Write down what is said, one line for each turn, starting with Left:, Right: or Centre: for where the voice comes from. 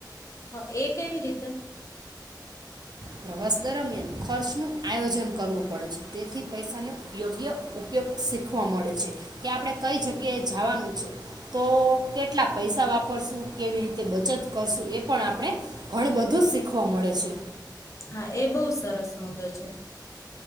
Left: હ એ કેવી રીતે
Right: પ્રવાસ દરમિયાન ખર્ચ નું આયોજન કરવું પડે છે તેથી પૈસા ન યોગ્ય ઉપયોગ શીખવા મળે છે કે આપણે કઈ જગ્યાએ જાવાનું છે તો કેટલા પૈસા વાપરશું કેવી રીતે બચત કરશું એ પણ આપણે ઘણું બધું શીખવા મળે છે.
Left: હા એ બહુ સરસ મુદ્દો છે.